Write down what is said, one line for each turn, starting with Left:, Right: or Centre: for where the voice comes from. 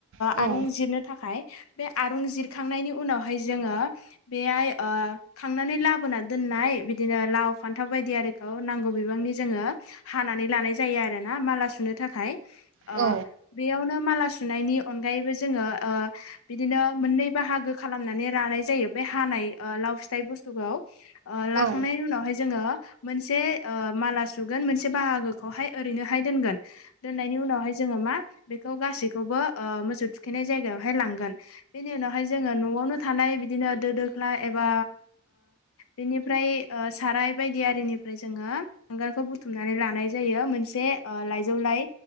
Right: औ
Left: आरुं जिरनो थाखाय बे आरुं जिरखांनायनि उनावहाय जोङो बेहाय खांनानै लाबोना दोननाय बिदिनो लाव फान्थाव बायदि आरिखौ नांगौ बिबांनि जोङो हानानै लानाय जायो आरोना माला सुनो थाखाय। अ
Right: औ
Left: बेयावनो माला सुनायनि अनगायैबो जोङो बिदिनो मोननै बाहागो खालामना। लानाय जायो बे हानाय लाव फिथाइ बुस्थुखौ
Right: औ
Left: लाखांनायनि उनावहाय जोंङो मोनसे माला सुगोन मोनसे बाहागोखौ हाय ओरैनो हाय दोनगोन दोननायनि उनावहाय जोङो मा बेखौ गासैखौबो मोसौ थुखैनाय जायगायाव हाय लांगोन बेनि उनाव हायो जोङो न'आवनो। थानाय बिदिनो दो दोख्ला एबा बिनिफ्राय साराय बायदि आरिनिफ्राय जोङो हांगारखौ बुथुमनानै लानाय जायो मोनसे लाइजौ लाइ